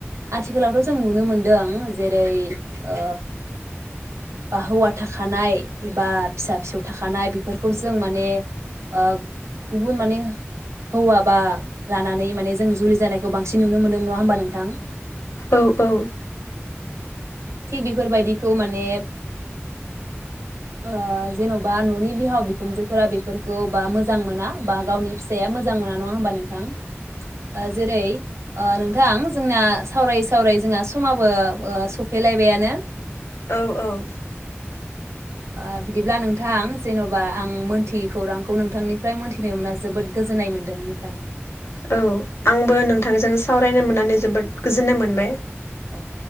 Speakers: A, on the right; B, on the left.
A: आथिखालावथ' जों नुनो मोनदों जेरै ओ बा हौवा थाखानाय एबा फिसा फिसौ थाखानाय बेफोरखौ जों माने ओ गुबुन माने हौवा बा लानानै माने जों जुलि जानायखौ बांसिन नुनो मोनदों नङा होमबा नोंथां
B: औ औ
A: थिग बेफोरबायदिखौ माने ओ जेन'बा न'नि बिहाव बिखुनजोफोरा बेफोरखौ बा मोजां मोना बा गावनि फिस फिसाया मोजां मोना नङा होनोमबा नोंथां ओ जेरै ओ नोंथां जोंना सावरायै सावरायै जोंहा समाबो ओ सफैलायबायानो
B: औ औ
A: ओ बिदिब्ला नोंथां जेन'बा आं मोन मोनथियै खौरांखौ नोंथांनिफ्राय मोनथि फैनो मोनना जोबोद गोजोननाय मोनदों नोंथां
B: औ आंबो नोंथांजों सावरायनो मोनना नानै जोबोद गोजोन्नाय मोनबाय
A: औ